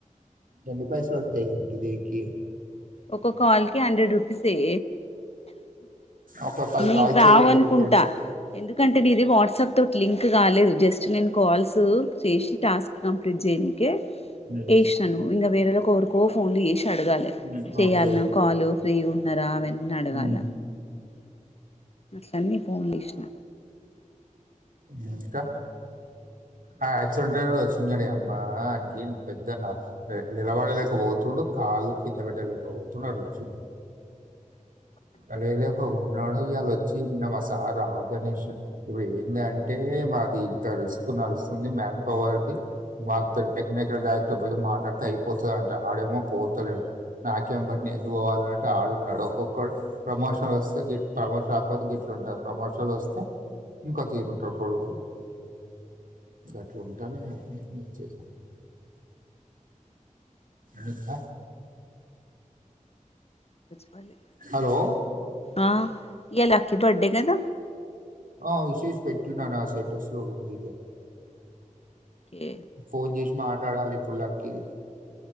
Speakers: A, on the right; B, on the left.
A: ఎన్ని పైసలయితయి టిది కి
B: ఒకొ కాల్ కి హండ్రెడ్ రూపీస్ ఏ
A: ఒక పది
B: మీకు
A: కాల్ చేయి
B: రావనుకుంటా
A: వెయ్యి రూపాయలు
B: ఎందుకు ఎందుకంటే నీది వాట్సాప్ తోటి లింక్ కాలేదు జస్ట్ నేను కాల్స్ చేసి టాస్క్ కంప్లీట్ చేయని కె
A: ఉమ్,
B: వేసినాను ఇంగ వేరోలాకి ఎవరికో ఫోన్లు చేసి అడగాలె
A: ఉమ్,
B: చెయాలన
A: ఓకే
B: కాలు ఫ్రీగున్నారా అవన్నీ అడగాల
A: ఉమ్,
B: అట్లన్నీ ఫోన్ చేసిన
A: మ్ ఇంకా ఆ యాక్సిడెంట్ ఆయనోడు వచ్చిండలేడమ్మా అంటే పెద్దన్న నిలబడలేకపోతుండు కాళ్ళు కింద పెట్టలే ఓవ్తున్నడు వచ్చి అలా లేకో ఉన్నాడు ఇయాళ వచ్చి నిన్న మా సా రావద్ గణేష్ ఇప్పుడు ఏందంటే మాది ఇంత రిస్క్ నడుస్తుంది మ్యాన్ పవర్ది మాకు ఎక్కడనెక్కడ డైరెక్ట్ పోయ మాట్లాడితే అయిపోతదంట ఆడేమో పోతలేదు నాకేం బట్టింది నేనెందుకు పోవాలా ఆనంటే ఆడున్నాడు ఒక్కొక్కడు ప్రమోషన్ వస్తే గిట్టు ప్రమోషన్ రాకపోతే గిట్లు ఉంటారు ప్రమోషన్లు వస్తే ఇంకోతీరు ఉంటరు కొడుకులు గట్లు ఉంటాదిగ న చేసిన అయ్యిందా
B: ప్పాలి
A: హలో
B: ఆ ఇయాల లక్కీ బర్డే కద
A: ఆ విశేస్ పెట్టినా నా స్టేటస్లోగుంది
B: ఓకే
A: ఫోన్ జేసీ మాట్లాడాలి ఇప్పుడులక్కి